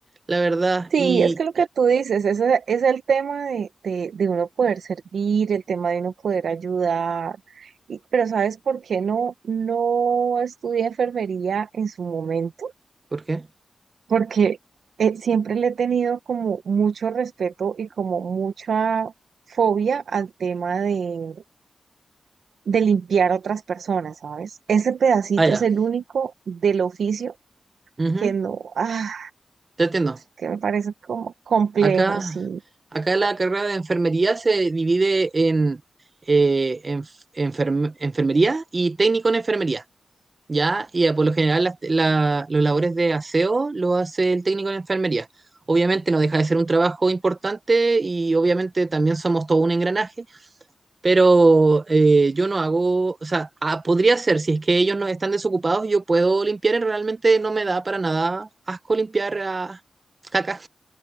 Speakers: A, on the right (about 30°); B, on the right (about 80°).
A: la verdad.
B: Sí,
A: Y,
B: es que lo que tú dices, ese es el tema de, de, de uno poder servir, el tema de uno poder ayudar. Y- pero ¿sabes por qué no, no estudié enfermería en su momento?
A: ¿por qué?
B: Porque eh, siempre le he tenido como mucho respeto y como mucha fobia al tema de, de limpiar a otras personas, ¿sabes? Ese pedacito
A: Ah, ya.
B: es el único del oficio
A: Ujú,
B: que no, ah,
A: Te entiendo.
B: que me parece como complejo,
A: Acá,
B: sí.
A: acá la carrera de enfermería se divide en eh, enf- enferm- enfermería y técnico en enfermería, ¿ya? Y eh, por lo general las- la- los labores de aseo lo hace el técnico en enfermería. Obviamente no deja de ser un trabajo importante y obviamente también somos todo un engranaje, pero eh, yo no hago, o sea, ah, podría ser, si es que ellos no están desocupados, yo puedo limpiar y realmente no me da para nada asco limpiar a caca